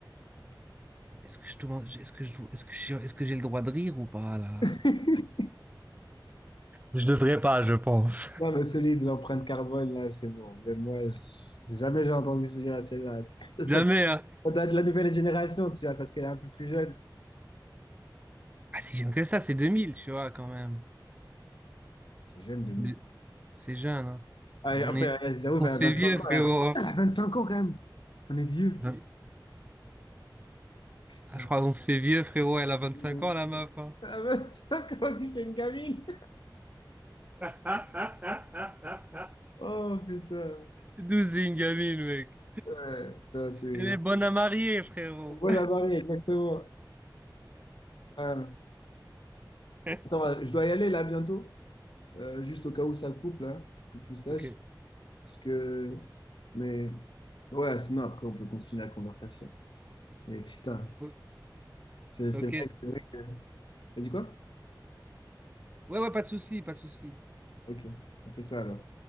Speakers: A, on the right; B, on the left.
A: est-ce que je demande- est-ce que je, dois- est-ce que je- suis- est-ce que j'ai le droit de rire ou pas, là?
B: <laughs>
A: Je devrais pas, je pense.
B: Non, mais celui de l'empreinte carbone, là, c'est bon. Mais moi, je- j'ai jamais j'ai entendu celui-là, celle-là. Ça, ça-
A: Jamais, hein.
B: ça doit être la nouvelle génération, tu vois, parce qu'elle est un peu plus jeune.
A: Ah, si j'aime que ça, c'est 2000, tu vois, quand même.
B: C'est jeune, 2000.
A: De- C'est jeune, hein.
B: Ah,
A: On
B: et après,
A: est...
B: ouais, j'avoue,
A: On
B: elle
A: se
B: a 25
A: fait vieux,
B: ans.
A: frérot.
B: Elle a, elle a 25 ans, quand même. On est vieux.
A: hein. Ah,
B: Putain,
A: je crois qu'on se fait vieux, frérot. Elle a 25
B: on est vieux de ouf.
A: ans, la meuf, hein.
B: Elle a 25 ans, on dit c'est une gamine.
A: <laughs>
B: Oh, putain.
A: 12 Ingamil, mec.
B: Ouais, putain, c'est...
A: Elle est bonne à marier, frérot.
B: Voilà, Marie, exactement. Ouais.
A: <laughs>
B: Attends, je dois y aller, là, bientôt. Euh, juste au cas où ça coupe, là, que tu saches.
A: Ok.
B: Parce que, mais ouais, sinon après on peut continuer la conversation. Mais putain,
A: O-
B: c'est c'est
A: Ok.
B: vrai, que- c'est vrai que. T'as dit quoi?
A: Ouais, ouais, pas de souci, pas de souci.
B: Ok, on fait ça alors.